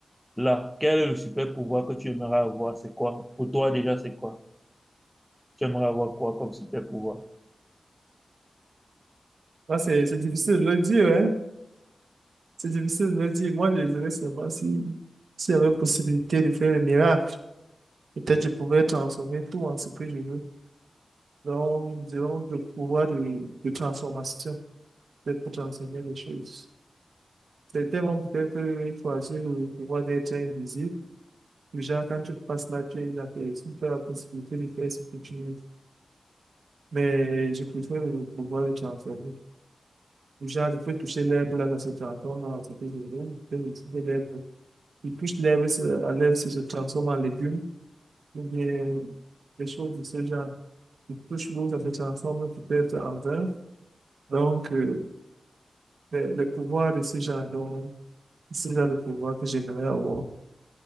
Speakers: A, in the centre; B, on the right (about 80°).
A: là, quel est le super pouvoir que tu aimerais avoir, c'est quoi? Pour toi déjà, c'est quoi? Tu aimerais avoir quoi comme super pouvoir?
B: Ah, c'est c'est difficile de le dire, hein? C'est difficile de le dire. Moi, je dirais seulement si, s'il y avait possibilité de faire le miracle, peut-être je pourrais transformer tout en ce que je veux. Donc, disons, le pouvoir de, de transformation, peut-être pour transformer les choses. Certains vont peut-être euh, choisir le pouvoir d'être invisible. Déjà, quand tu passes la pierre, la personne, tu as la possibilité de faire ce que tu veux. Mais je préfère le pouvoir de transformer. Déjà, je peux toucher l'herbe là, dans ce transforme, dans ce que je veux. Je peux toucher l'herbe. Ils cuisent l'herbe, se- à l'herbe, ça se transforme en légumes, ou bien des choses de ce genre. Ils touchent l'eau, ça se transforme peut-être en vin. Donc, euh, les, les pouvoirs de ce genre, donc, ce genre de pouvoir que j'aimerais avoir,